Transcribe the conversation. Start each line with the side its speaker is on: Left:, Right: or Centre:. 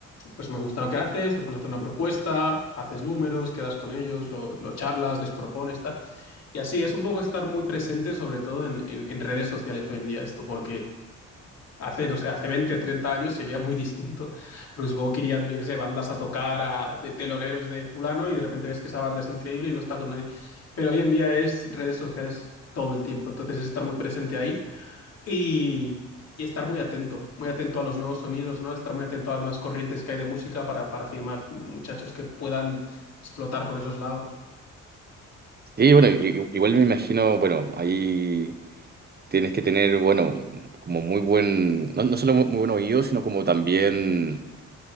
Left: pues me gusta lo que haces, te pones a hacer una propuesta, haces números, quedas con ellos, lo, lo charlas, les propones, tal. Y así es un poco estar muy presente, sobre todo en, en- en redes sociales hoy en día esto, porque hace, no sé, hace 20 30 años sería muy distinto, porque supongo que irían, yo qué sé, bandas a tocar a- de teloneros de fulano y de repente ves que esa banda es increíble y no está con nadie. Pero hoy en día es redes sociales todo el tiempo, entonces es estar muy presente ahí y, y estar muy atento, muy atento a los nuevos sonidos, ¿no? Estar muy atento a las nuevas corrientes que hay de música para, para firmar muchachos que puedan explotar por esos lados.
Right: Sí, bueno, i- i- igual me imagino, bueno, ahí... Tienes que tener, bueno, como muy buen, no, no solo muy, muy buen oído, sino como también,